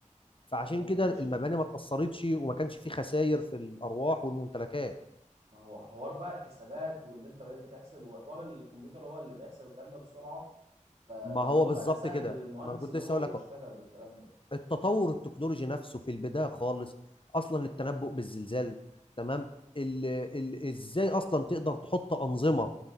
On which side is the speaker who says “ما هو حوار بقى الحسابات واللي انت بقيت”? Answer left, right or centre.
Right